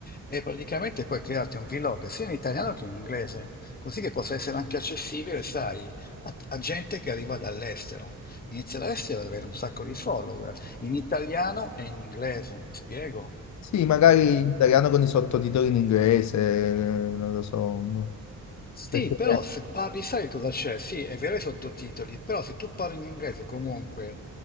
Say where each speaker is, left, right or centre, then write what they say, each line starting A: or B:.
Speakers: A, on the left; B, on the left.
A: e praticamente poi crearti un vlog sia in italiano che in inglese, così che possa essere anche accessibile, sai, a, a gente che arriva dall'estero. Inizia l'estero ad avere un sacco di follower, in italiano e in inglese, mi spiego?
B: Sì, magari
A: Eh?
B: in italiano con i sottotitoli in inglese, eh, non lo so. mm,
A: Sì,
B: Perché,
A: però se parli, sai cosa c'è? Sì, è vero i sottotitoli, però se tu parli in inglese comunque